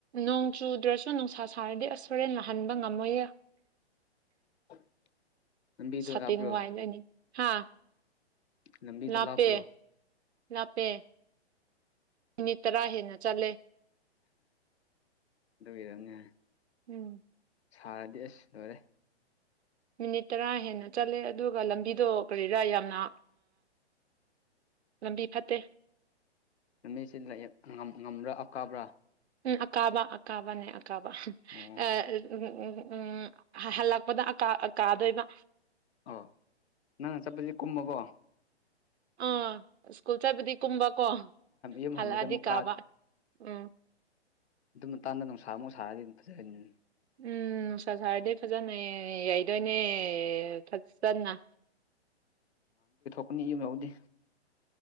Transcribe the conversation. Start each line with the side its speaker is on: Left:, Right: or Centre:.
Right: ꯅꯣꯡ ꯆꯨꯗ꯭ꯔꯁꯨ ꯅꯨꯡꯁꯥ ꯁꯥꯔꯗꯤ ꯑꯁ ꯍꯣꯔꯦꯟ ꯅꯥꯍꯟꯕ ꯉꯝꯃꯣꯏꯌꯦ
Left: <inaudible>
Right: ꯁꯇꯤꯟ
Left: ꯂꯥꯞꯄ꯭ꯔꯣ
Right: ꯋꯥꯏꯗꯅꯤ ꯍꯥ
Left: ꯂꯝꯕꯤꯗꯣ
Right: ꯂꯥꯞꯄꯦ
Left: ꯂꯥꯞꯄ꯭ꯔꯣ
Right: ꯂꯥꯞꯄꯦ ꯃꯤꯅꯤꯠ ꯇꯔꯥ ꯍꯦꯟꯅ ꯆꯠꯂꯦ
Left: ꯗꯏꯔꯅꯦ
Right: ꯎꯝ
Left: ꯁꯥꯔꯗꯤ ꯑꯁ ꯂꯣꯏꯔꯦ
Right: ꯃꯤꯅꯤꯠ ꯇꯔꯥ ꯍꯦꯟꯅ ꯆꯠꯂꯦ ꯑꯗꯨꯒ ꯂꯝꯕꯤꯗꯣ ꯀꯔꯤꯔꯥ ꯌꯥꯝꯅ ꯂꯝꯕꯤ ꯐꯠꯇꯦ
Left: ꯅꯨꯃꯤꯁꯤ ꯉꯝꯕ꯭ꯔꯥ ꯑꯞꯀꯥꯕ꯭ꯔꯥ
Right: ꯎꯝ ꯑꯀꯥꯕꯥ ꯑꯀꯥꯕꯅꯦ ꯑꯀꯥꯕ
Left: ꯑꯣ
Right: ꯑ ꯎꯝ ꯎꯝ ꯎꯝ ꯎꯝ ꯍꯜꯂꯛꯄꯗ ꯀꯥꯗꯣꯏꯕ
Left: ꯑ ꯅꯪꯅ ꯆꯠꯄꯗꯤ ꯀꯨꯝꯃꯀꯣ
Right: ꯑꯥ ꯁ꯭ꯀꯨꯜ ꯆꯠꯄꯗꯤ ꯀꯨꯝꯕꯀꯣ
Left: ꯌꯨꯝ
Right: ꯍꯜꯂꯛꯑꯗꯤ
Left: ꯍꯟꯕꯗ ꯑꯃꯨꯛ
Right: ꯀꯥꯕ ꯎꯝ
Left: ꯑꯗꯨꯝ ꯃꯇꯥꯟꯗ ꯅꯨꯡꯁꯥ ꯑꯃꯨꯛ ꯁꯥꯥꯔꯗꯤ ꯑꯗꯨꯝ ꯐꯖꯔꯅꯤ
Right: ꯎꯝ ꯁꯥꯔꯗꯤꯦ ꯐꯖꯅꯌꯦ ꯌꯥꯏꯗꯣꯏꯅꯦ ꯐꯠ ꯆꯟꯅ
Left: ꯎꯅꯤ ꯌꯨꯝ ꯂꯧꯎꯗꯦ